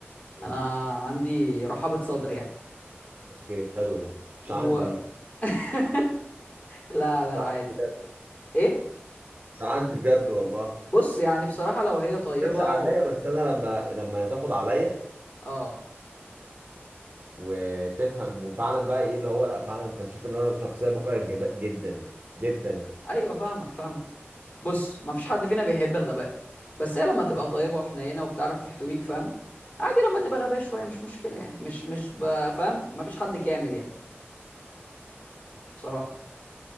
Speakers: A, on the right; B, on the left.
A: مم.
B: انا عندي رحابه صدر يعني
A: اوكي حلو ده مش
B: و
A: عندي دي
B: <laughs> لا لا
A: مش
B: عادي
A: عندي بجد
B: ايه
A: مش عندي بجد والله
B: بص يعني بصراحه لو هي طيبه
A: ما جاتش عليا
B: و...
A: بس انا لما لما تاخد عليا
B: اه
A: وتفهم وفعلا بقى ايه اللي هو لا فعلا انت تشوف ان انا شخصيه بكره الغباء جدا جدا
B: ايوه فاهمك فاهمك بص ما فيش حد فينا بيحب الغباء بس هي لما تبقى طيبه وحنينه وبتعرف تحتويك فاهم عادي لما تبقى غبية شوية مش مشكلة يعني مش مش ب- فاهم مفيش حد كامل يعني بصراحه